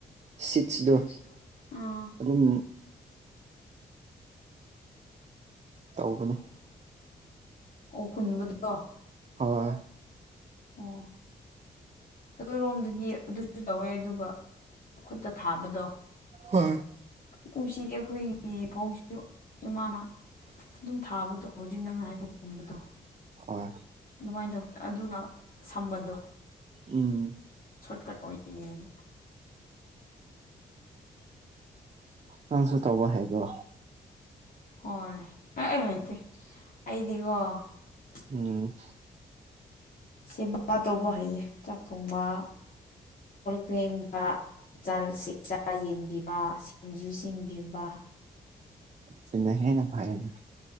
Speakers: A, on the right; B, on the left.
A: ꯁꯤꯠꯁꯗꯣ
B: ꯕꯤꯠꯁꯤꯗꯣ ꯑꯥ
A: ꯑꯗꯨꯝ ꯇꯧꯕꯅꯤ
B: ꯇꯧꯕꯅꯦ ꯑꯣ ꯍꯨꯟꯕꯗꯣ
A: ꯍꯣꯏ
B: ꯑꯣ ꯑꯣꯏꯔꯣꯝꯗꯗꯤ ꯑꯗꯨꯁꯨ ꯇꯧꯋꯦ ꯑꯗꯨꯒ ꯈꯨꯠꯇ ꯊꯥꯕꯗꯣ
A: ꯍꯣꯏ
B: ꯀꯨꯝꯁꯤꯗꯤ ꯑꯩꯈꯣꯏꯒꯤ ꯐꯥꯎꯁꯨ ꯏꯃꯥꯅ ꯑꯗꯨꯝ ꯊꯥꯕꯗꯣ ꯍꯧꯖꯤꯛ ꯅꯪꯅ ꯍꯥꯏꯕ ꯈꯨꯝꯕꯗꯣ
A: ꯍꯣꯏ
B: ꯀꯃꯥꯏꯅ ꯇꯧꯒꯅꯤ ꯑꯗꯨꯅ ꯁꯝꯕꯗꯣ
A: ꯎꯝ
B: ꯁꯣꯔꯠꯀꯠ ꯑꯣꯏꯌꯦꯑꯅ
A: ꯎꯝ ꯅꯪꯁꯨ ꯇꯧꯕ ꯍꯩꯕ꯭ꯔꯣ
B: ꯍꯣꯏ ꯑꯦ ꯍꯥꯏꯗꯤꯦ ꯑꯩꯗꯤ <unintelligible>
A: ꯎꯝ
B: ꯁꯤꯃ ꯇꯧꯕ ꯍꯩꯌꯦ ꯆꯥꯛ ꯊꯣꯡꯕ ꯄꯦꯡꯕ ꯆꯥ ꯌꯦꯟꯕꯤꯕ ꯁꯤꯡꯖꯨ ꯁꯦꯝꯟꯕꯤꯕ
A: ꯁꯤꯅ ꯍꯦꯟꯅ ꯐꯩꯌꯦꯅ